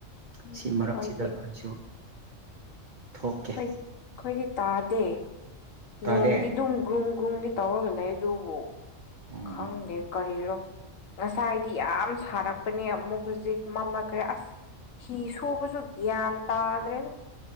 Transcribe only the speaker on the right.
ꯁꯤ ꯃꯔꯛꯁꯤꯗ
ꯑꯩꯁꯨ ꯊꯣꯛꯀꯦ
ꯇꯥꯗꯦ
ꯎꯝ